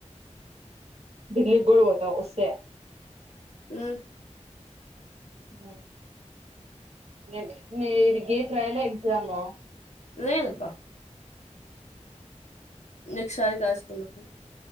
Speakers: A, on the right (about 60°); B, on the left (about 70°).
A: డిల్లీ కూడా పోత వస్తే
B: ఉ
A: ఉ ఏంది ఏ గేట్ రాయాల ఎక్జాము
B: లేదబ్బ నెక్స్ట్ సారి రాసుకుందామని